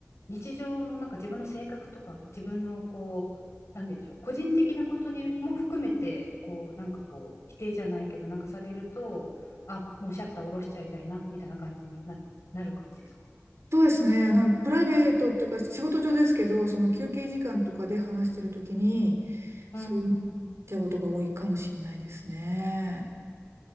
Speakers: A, on the left; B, on the right.
A: 日常のなんか自分の性格とか自分のこうなんでしょう個人的なことにも含めてこうなんかこう否定じゃないけどなんかされるとあもうシャッター下ろしちゃいたいなみたいな感じにな、なる感じですか
B: そうですね。あの、プライベートっていうか、仕事上ですけど、その休憩時間とかで話してるときに、
A: うーん
B: そうなっちゃうことが多いかもしれないですね。